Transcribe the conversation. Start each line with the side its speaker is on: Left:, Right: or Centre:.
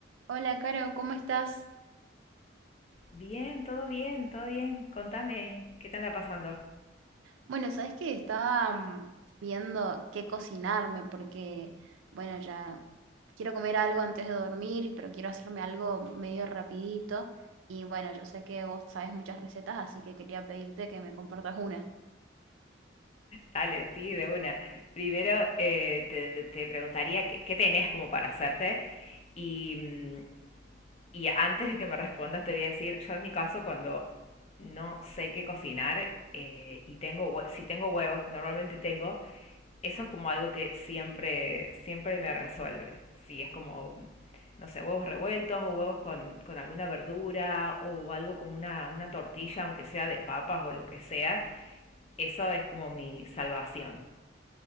Right: Hola, Caro, ¿cómo estás?
Left: Bien, todo bien, todo bien. Contame, ¿qué te anda pasando?
Right: Bueno, sabes que estaba mm, viendo qué cocinarme porque, bueno, ya quiero comer algo antes de dormir, pero quiero hacerme algo medio rapidito. Y bueno, yo sé que vos sabes muchas recetas, así que quería pedirte que me compartas una.
Left: Dale, sí, de una. Primero eh, te, te preguntaría qué, qué tenés como para hacerte. Y, mm, Y antes de que me respondas, te voy a decir, yo en mi caso, cuando no sé qué cocinar eh, y tengo, hue- si tengo huevos, normalmente tengo, eso es como algo que siempre, siempre me resuelve. Si es como, no sé, huevos revueltos o huevos con, con alguna verdura o algo como una, una tortilla, aunque sea de papas o lo que sea, eso es como mi salvación.